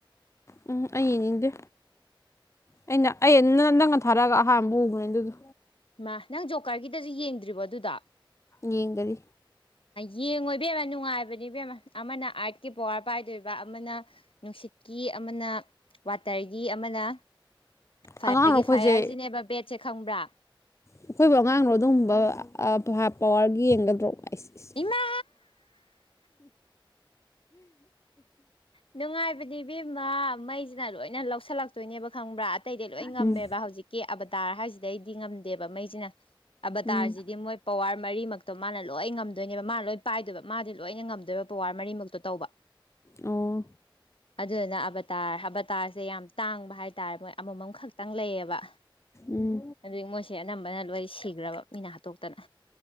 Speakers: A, on the left (about 35°); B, on the left (about 90°).
A: ꯎꯝ ꯑꯩꯡ ꯅꯤꯡꯗꯦ ꯑꯩꯅ ꯑꯩ ꯅꯟꯗꯪꯅ ꯊꯥꯔꯛꯑꯒ ꯑꯍꯥꯟꯕ ꯎꯕꯅꯦ ꯑꯗꯨꯗꯣ
B: ꯃꯥ ꯅꯪ ꯖꯣꯕꯀꯥꯔꯠꯒꯤꯗꯁꯨ ꯌꯦꯡꯗ꯭ꯔꯤꯕ ꯑꯗꯨꯗ
A: ꯌꯦꯡꯒꯗꯤ
B: ꯌꯦꯡꯉꯣꯏꯕꯦꯝꯅ ꯅꯨꯡꯉꯥꯏꯕꯅꯦꯕꯦꯝ ꯑꯃꯅ ꯑꯥꯔꯠꯀꯤ ꯄꯋꯥꯔ ꯄꯥꯏꯗꯣꯏꯕ ꯑꯃꯅ ꯅꯨꯡꯁꯤ ꯇꯤꯀꯤ ꯑꯃꯅ ꯋꯥꯇꯔꯒꯤ ꯒꯤ ꯑꯃꯅ ꯐꯒꯤ
A: ꯑꯉꯥꯡꯔꯣ ꯑꯩꯈꯣꯏꯁꯦ
B: ꯐꯌꯥꯔꯁꯤꯅꯦꯕ ꯕꯦꯠꯁꯦ ꯈꯪꯕ꯭ꯔꯥ
A: ꯑꯩꯈꯣꯏꯕꯨ ꯑꯉꯥꯡꯗꯣ ꯑꯗꯨꯒꯨꯝꯕ ꯍꯥꯞ ꯑꯋꯥꯔꯒꯤ ꯌꯦꯡꯒꯗ꯭ꯔꯣ ꯏꯁ ꯏꯁ
B: ꯏꯃꯥ ꯅꯨꯡꯉꯥꯏ ꯍꯥꯏꯕꯗꯤ ꯕꯤꯃ ꯃꯩꯁꯤꯅ ꯂꯣꯏꯅ ꯂꯧꯁꯤꯜꯂꯛꯇꯣꯏꯅꯦꯕ ꯈꯪꯕ꯭ꯔꯥ ꯑꯇꯩꯗꯤ ꯂꯣꯏ ꯉꯝꯃꯦꯕ
A: ꯎꯝ
B: ꯍꯧꯖꯤꯛꯀꯤ ꯇꯥꯔ ꯍꯥꯏꯁꯤꯗ ꯑꯩꯗꯤ ꯉꯝꯗꯦꯕ ꯃꯩꯁꯤꯅ ꯑꯕꯇꯥꯔꯁꯤꯗꯤ
A: ꯎꯝ
B: ꯃꯣꯏ ꯄꯋꯥꯔ ꯃꯔꯤꯃꯛꯇ ꯑꯣ ꯃꯥꯅ ꯂꯣꯏ ꯉꯝꯗꯣꯏꯅꯦꯕ ꯃꯥꯅ ꯂꯣꯏ ꯄꯥꯏꯗꯣꯏꯕ ꯃꯥꯗꯤ ꯂꯣꯏꯅ ꯉꯝꯗꯣꯏꯕ ꯄꯋꯥꯔ ꯃꯔꯤꯃꯛꯇꯣ ꯇꯧꯕ
A: ꯑꯣ
B: ꯑꯗꯨꯗꯨꯅ ꯑꯕꯇꯥꯔ ꯑꯕꯇꯥꯔꯁꯦ ꯌꯥꯝ ꯇꯥꯡꯕ ꯍꯥꯏꯇꯥꯔꯦ ꯃꯣꯏ ꯑꯃꯃꯝ ꯈꯛꯇꯪ ꯂꯩꯌꯦꯕ
A: ꯎꯝ
B: ꯑꯗꯨ ꯃꯣꯏꯁꯦ ꯑꯅꯝꯕꯅ ꯂꯣꯏ ꯁꯤꯈ꯭ꯔꯕ ꯃꯤꯅ ꯍꯥꯠꯇꯣꯛꯇꯅ